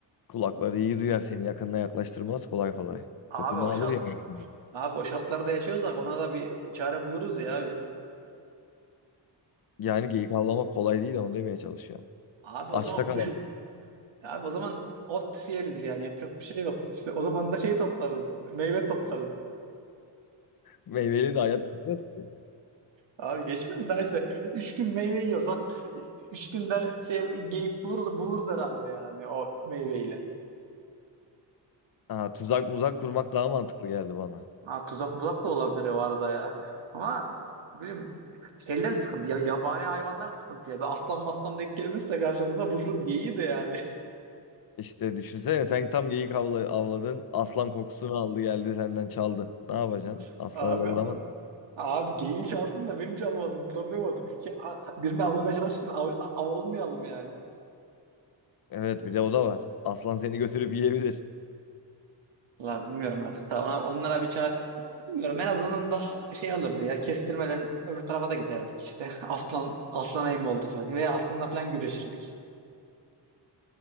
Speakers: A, on the left (about 50°); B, on the right (about 80°).
A: Kulakları iyi duyar seni yakınına yaklaştırmaz kolay kolay.
B: <laughs> Abi
A: Kokunu
B: o
A: alır
B: şart
A: yani.
B: abi o şartlarda yaşıyorsak ona da bir çare buluruz ya biz.
A: Yani geyik avlamak kolay değil onu demeye çalışıyorum.
B: Abi
A: Açta
B: o zaman
A: kalabilir.
B: kuş abi o zaman ot yeriz yani yapacak bir şey yok. İşte o zaman da şey toplarız. Meyve toplarız.
A: Meyveli de hayat geçmez ki.
B: Abi geçmez daha işte. Üç gün meyve yiyorsak üç günde şey geyik buluruz buluruz herhalde yani o meyveyle.
A: Ha, tuzak muzak kurmak daha mantıklı geldi bana.
B: Ha, tuzak muzak da olabilir o arada ya. Ama ne bileyim şeyler sıkıntı ya. Yabani hayvanlar sıkıntı ya. Bir aslan maslan denk gelmezse karşımıza vururuz geyiği de yani.
A: İşte düşünsene sen tam geyik avla, avladın. Aslan kokusunu aldı geldi senden çaldı. Ne yapacaksın?
B: <laughs>
A: Aslanı
B: Abi
A: da vuramazsın.
B: abi geyiği çalsın da beni çalmasın. Problem orada. Şey, a- birini avlamaya çalışırken av, av olmayalım yani.
A: Evet bir de o da var. Aslan seni götürüp yiyebilir.
B: La bilmiyorum artık da ona, onlara bir çare bilmiyorum en azından da şey olurdu ya kestirmeden öbür tarafa da giderdik işte <laughs> aslan aslana yem olduk falan veya aslanla falan güreşirdik.